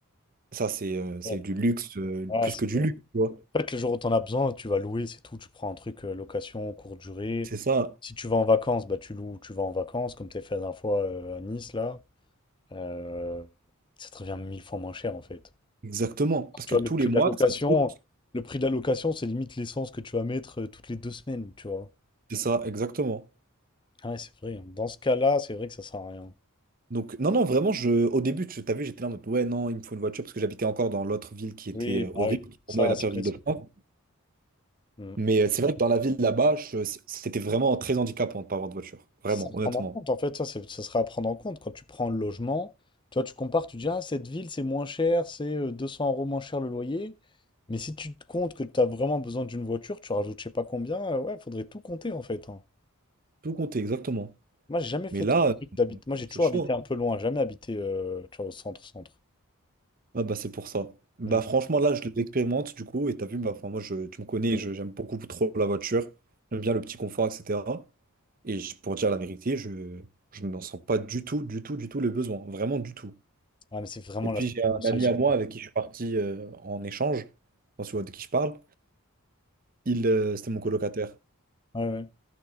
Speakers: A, on the right (about 40°); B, on the left (about 20°).
A: Ça, c'est euh, c'est
B: Ouais.
A: du luxe, euh,
B: Ah,
A: plus
B: c'est
A: que du
B: vrai.
A: luxe, tu vois.
B: En fait, le jour où t'en as besoin, tu vas louer, c'est tout. Tu prends un truc euh, location, courte durée.
A: C'est ça,
B: Si tu vas en vacances, bah tu loues, tu vas en vacances, comme t'as fait la dernière fois euh, à Nice, là. Euh, ça te revient mille fois moins cher, en fait.
A: exactement. Parce
B: Tu
A: que
B: vois,
A: tous
B: le prix
A: les mois,
B: de la location,
A: ça te coûte.
B: le prix de la location, c'est limite l'essence que tu vas mettre euh, toutes les deux semaines, tu vois.
A: C'est ça, exactement.
B: Ah ouais, c'est vrai. hein. Dans ce cas-là, c'est vrai que ça sert à rien.
A: Donc, non, non, vraiment, je, au début, tu t'as vu, j'étais là en mode, ouais, non, il me faut une voiture parce que j'habitais encore dans l'autre ville qui était
B: Oui,
A: euh,
B: bah
A: horrible,
B: oui,
A: qui
B: ça,
A: pour moi est la
B: c'est
A: pire ville
B: vrai.
A: de
B: ça.
A: France.
B: Mm.
A: Mais euh, c'est vrai que dans la ville là-bas, je- c'était vraiment très handicapant de pas avoir de voiture. Vraiment,
B: C'est à
A: honnêtement.
B: prendre en compte, en fait, ça, c'est, ça sera à prendre en compte quand tu prends le logement. Tu vois, tu compares, tu dis, ah, cette ville, c'est moins cher, c'est euh, 200 euros moins cher le loyer. Mais si tu te comptes que tu as vraiment besoin d'une voiture, tu rajoutes je sais pas combien, euh, ouais, faudrait tout compter, en fait. hein.
A: Tout compter, exactement.
B: Moi, j'ai jamais fait
A: Mais là, euh,
B: d'habiter. Moi, j'ai toujours
A: c'est chaud.
B: habité
A: hein.
B: un peu loin, jamais habité, euh, tu vois, au centre, centre.
A: Ah bah c'est pour ça. Bah
B: Mhm.
A: franchement là je l'expérimente du coup et t'as vu bah enfin moi je tu me connais je- j'aime beaucoup trop la voiture j'aime bien le petit confort etc et je- pour dire la vérité je je n'en sens pas du tout du tout du tout le besoin vraiment du tout
B: Ouais, mais c'est vraiment
A: et puis
B: l'aspect
A: j'ai un
B: financier
A: ami
B: aussi.
A: à moi avec qui je suis parti euh, en échange quand tu vois de qui je parle il euh, c'était mon colocataire
B: Ouais, ouais.